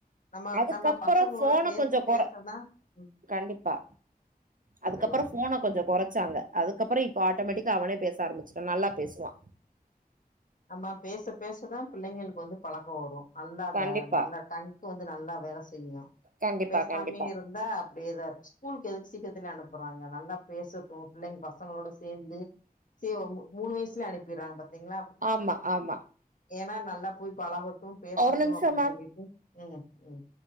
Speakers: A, on the left; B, on the right.
A: நம்ம
B: அதுக்கப்பற
A: நம்ம பசங்களோட
B: ஃபோனை
A: பேச
B: கொஞ்ச
A: பேசதா
B: கொறை
A: ம்
B: கண்டிப்பா அதுக்கப்பற
A: சொல்லுங்க
B: ஃபோனா கொஞ் கொஞ்ச கொறைச்சாங்க அதுக்கப்பற இப்ப ஆட்டோமேட்டிக்கா அவனே பேச ஆரம்பிச்சிட்டா நல்லா பேசுவா
A: ஆமா பேச பேசதா பிள்ளைங்களுக்கு வந்து பழக்க வரு நல்லா அந்த
B: கண்டிப்பா
A: நல்ல டங்க்கு வந்து நல்லா வேலை செய்யு
B: கண்டிப்பா
A: பேசாமே
B: கண்டிப்பா
A: இருந்தா அப்டியேதா இருக்கு ஸ்கூலுக்கு எதுக்கு சீக்கிரத்துலே அனுப் அப்புற அங்க நல்லா பேசட்டு பிள்ளைங்க பசங்களோட சேந்து சி ஒரு மூணு வயசுல அனுப்பிறாங்க பாத்தீங்ளா
B: ஆமா ஆமா
A: ஏனா நல்லா போய் பழகட்டு பேசட்டு
B: ஒரு நிமிஷமா
A: அப்படின் சொல்லிட்டு ம் ம்